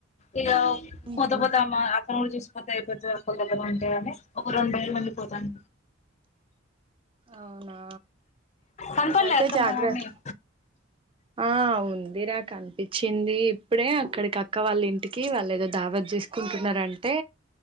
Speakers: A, on the left; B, on the right.
A: ఇక
B: ఉహు
A: పద పద మ అక్క వాళ్ళు చూసిపోతే అయిపోతది ఒకల దగ్గర ఉంటే అని ఒక రెండు ఏళ్ళు ఉండి పోతాండ
B: అవునా
A: కనపడలే
B: నువ్వు అయితే
A: అక్క
B: జాగ్రత్త
A: మా మమ్మీ
B: ఆ వుందిరా ఆ కనిపి వచ్చింది ఇప్పుడే అక్కడికి అక్ అక్క వాళ్ళ ఇంటికి వాళ్ళు ఏదో దావత్ చేస్ కుంటున్నారంటే